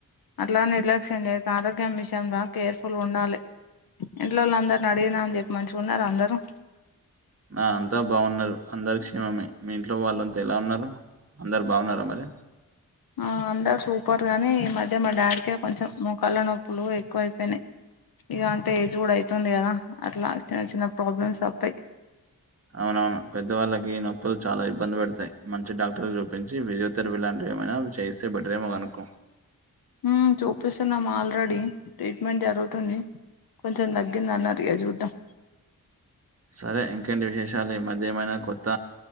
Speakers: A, on the left; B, on the right.
A: అట్లా నిర్లక్ష్యం చేయకు ఆరోగ్యం విషయంలా కేర్ఫుల్ ఉండాలే ఇంట్లోల్ని అందరిని అడిగినా అని చెప్పు మంచిగున్నర అందరూ
B: నా అంతా బాగున్నారు అందరు క్షేమమే మీ ఇంట్లో వాళ్ళంతా ఎలా ఉన్నారు అందరు బాగున్నారా మరి
A: ఆ అందరు సూపర్ గాని ఈ మధ్య మా డాడికే కొంచెం మొక్కళ్ల నొప్పులు ఎక్కువ అయిపోయినాయి ఇగ అంతే ఏజ్ కూడా అయితుంది కదా అట్లా చిన్న ప్రాబ్లమ్స్ తప్పాయి
B: అవునవును పెద్దవాళ్ళకి నొప్పులు చాలా ఇబ్బంది పెడతాయి మంచి డాక్టర్లుకు చూపించి ఫిజియోథెరపీ లాంటివి ఏమైనా చేయిస్తే బెటరేమో కనుకో
A: హు చూపిస్తున్నాం ఆల్రెడీ ట్రీట్మెంట్ జరుగుతుంది కొంచెం తగ్గిందన్నరు ఇగ చూద్దాం
B: సరే ఇంకేంటి విశేషాలు ఈ మధ్య ఏమైనా కొత్త